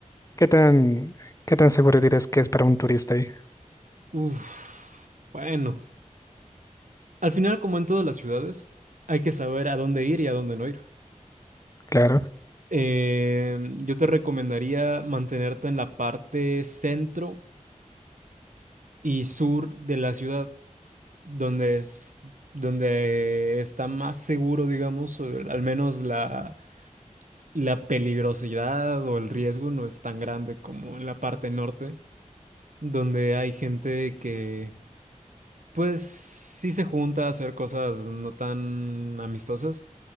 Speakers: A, on the left (about 25°); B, on the right (about 75°).
A: ¿qué tan, qué tan seguro dirás que es para un turista ahí?
B: Uf, bueno. Al final, como en todas las ciudades, hay que saber a dónde ir y a dónde no ir.
A: Claro,
B: Eh, yo te recomendaría mantenerte en la parte centro y sur de la ciudad, donde es, donde está más seguro, digamos, o al menos la, la peligrosidad o el riesgo no es tan grande como en la parte norte, donde hay gente que, pues, sí se junta a hacer cosas no tan amistosas.